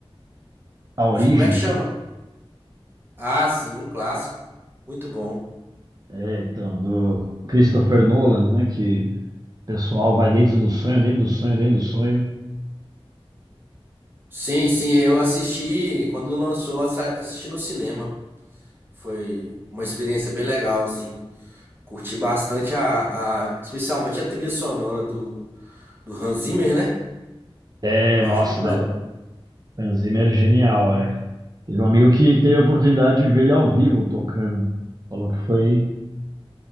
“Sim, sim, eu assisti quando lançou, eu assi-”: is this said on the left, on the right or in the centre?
Right